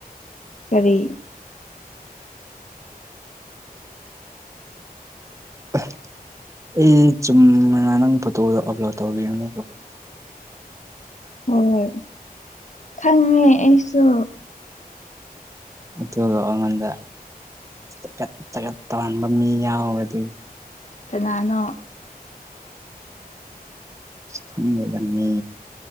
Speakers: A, on the left; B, on the right.
A: ꯀꯔꯤ
B: <unintelligible> ꯑꯩ ꯆꯨꯝꯅ ꯅꯪ ꯐꯣꯇꯣꯗꯣ ꯑꯞꯂꯣꯠ ꯇꯧꯕꯤꯒꯅꯤꯗꯣ
A: ꯍꯣꯏ ꯈꯪꯉꯦ ꯑꯩꯁꯨ
B: ꯑꯗꯣꯒ ꯑꯉꯣꯟꯗ ꯆꯒꯠ ꯆꯒꯠ ꯇꯧꯍꯟꯕ ꯃꯤ ꯌꯥꯎꯋꯦ ꯗꯨꯢ
A: ꯀꯅꯥꯅꯣ
B: ꯈꯪ ꯂꯩꯔꯝꯃꯦ